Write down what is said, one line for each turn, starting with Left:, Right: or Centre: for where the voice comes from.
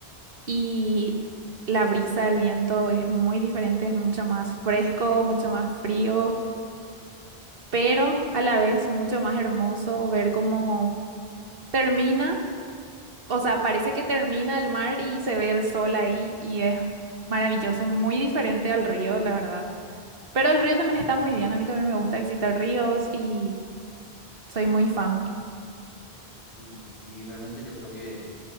Right: y la brisa del viento es muy diferente, es mucho más fresco, mucho más frío, pero a la vez mucho más hermoso ver cómo termina, o sea, parece que termina el mar y se ve el sol ahí, y es maravilloso, muy diferente al río, la verdad. Pero el río también está muy bien, a mí también me gusta visitar ríos y Soy muy fan.
Left: Y sí, realmente yo creo que